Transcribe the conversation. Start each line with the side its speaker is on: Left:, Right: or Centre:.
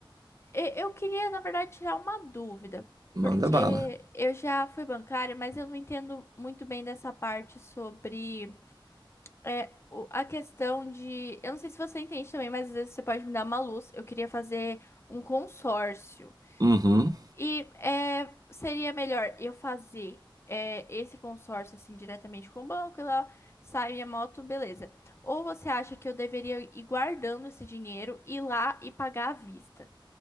Left: e- eu queria na verdade tirar uma dúvida,
Right: Manda
Left: porque
Right: bala.
Left: eu já fui bancária, mas eu não entendo muito bem dessa parte sobre É, o- a questão de. Eu não sei se você entende também, mas às vezes você pode me dar uma luz. Eu queria fazer um consórcio.
Right: Uhum.
Left: E é, seria melhor eu fazer é, esse consórcio assim diretamente com o banco e lá sai minha moto, beleza. Ou você acha que eu deveria ir guardando esse dinheiro, ir lá e pagar à vista?